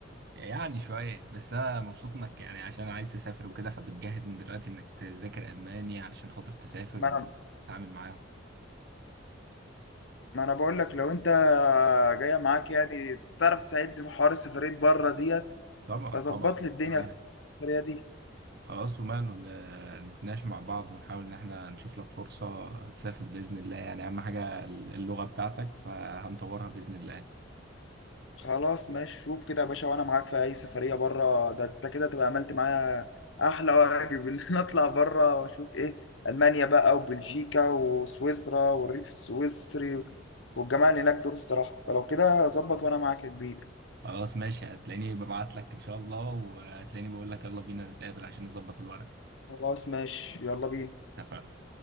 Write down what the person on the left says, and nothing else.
ما
انا
ما انا بقول لك لو انت جايه معاك يعني تعرف تساعدني في حوار السفريه بره ديت
فظبط
لي الدنيا
في السفريه دي
خلاص ماشي شوف كده يا باشا وانا معاك في اي سفريه بره ده انت كده تبقى عملت معايا احلى واجب <laughs> ان انا اطلع بره واشوف ايه المانيا بقى وبلجيكا وسويسرا والريف السويسري والجماعه اللي هناك دول الصراحه فلو كده ظبط وانا معاك يا كبير
خلاص ماشي يلا بينا